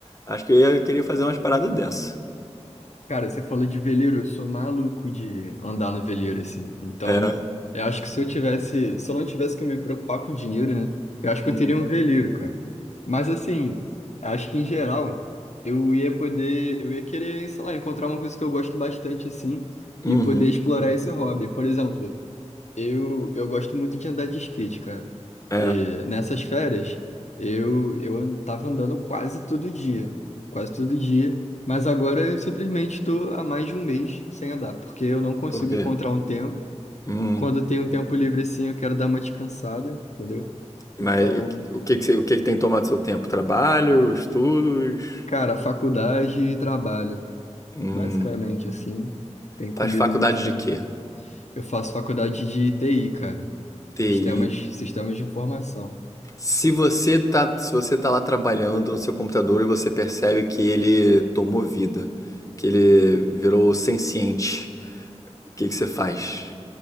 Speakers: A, on the left (about 25°); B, on the left (about 70°).
A: Acho que eu ia querer fazer umas paradas dessa.
B: Cara, você falou de veleiro, eu sou maluco de andar no veleiro, assim. Então,
A: É.
B: eu acho que se eu tivesse, se eu não tivesse que me preocupar com dinheiro, né? Eu acho
A: Uhum.
B: que eu teria um veleiro, cara. Mas assim, acho que em geral, eu ia poder, eu ia querer, sei lá, encontrar uma coisa que eu gosto bastante, assim, e
A: Uhum.
B: poder explorar esse hobby. Por exemplo, Eu, eu gosto muito de andar de skate, cara.
A: É.
B: E nessas férias, eu, eu an- tava andando quase todo dia. Quase todo dia. Mas agora eu simplesmente estou há mais de um mês sem andar, porque eu não consigo
A: Por quê?
B: encontrar um tempo.
A: Hum.
B: Quando eu tenho um tempo livre assim, eu quero dar uma descansada, entendeu?
A: Mas
B: Então,
A: o que, o que que você- o que que tem tomado seu tempo? Trabalho, estudos?
B: cara, faculdade e trabalho,
A: Hum,
B: basicamente assim, tem
A: faz
B: comido
A: faculdade
B: muito tempo.
A: de quê?
B: Eu faço faculdade de TI, cara.
A: TI.
B: Sistemas, sistemas de informação.
A: Se você tá, se você tá lá trabalhando no seu computador e você percebe que ele tomou vida, que ele virou senciente, o que que você faz?